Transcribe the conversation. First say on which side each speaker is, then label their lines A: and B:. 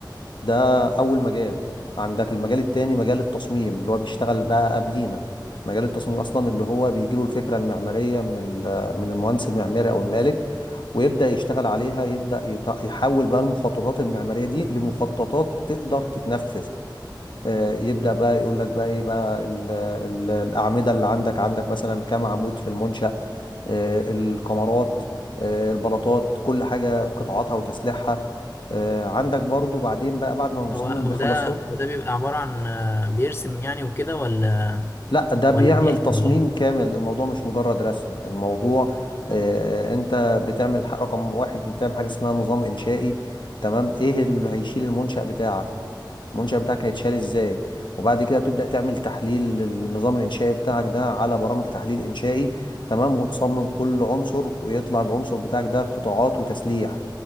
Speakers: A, on the left; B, on the left.
A: ده اول مجال عندك المجال التاني مجال التصميم اللي هو بيشتغل بقى قبلينا مجال التصميم اصلا اللي هو بيجيله الفكره المعماريه من ال- من المهندس المعماري او المالك ويبدا يشتغل عليها يبدا يط- يحول بقى المخططات المعماريه دي لمخططات تقدر تتنفذ آه، يبدأ بقى يقول لك بقى ايه بقى ال- ال- الأعمدة اللي عندك عندك مثلا كام عمود في المنشأ آه، الكمرات آه، البلاطات كل حاجة قطاعاتها وتسليحها آه، عندك برضو بعدين بقى بعد ما المصمم
B: هو هو
A: بيخلص
B: ده
A: يوم
B: هو ده بيبقى عباره عن آه، بيرسم يعني وكده ولا
A: لا ده بيعمل
B: ولا بيكتب
A: تصميم
B: ولا ايه
A: كامل الموضوع مش مجرد رسم الموضوع
B: مم.
A: آه، آه، انت بتعمل ح- رقم واحد بتعمل حاجة اسمها نظام إنشائي تمام ايه اللي هيشيل المنشأ بتاعك المنشأ بتاعك هيتشال ازاي وبعد كده بتبدأ تعمل تحليل للنظام الإنشائي بتاعك ده على برامج تحليل إنشائي تمام وتصمم كل عنصر ويطلع العنصر بتاعك ده قطاعات وتسليح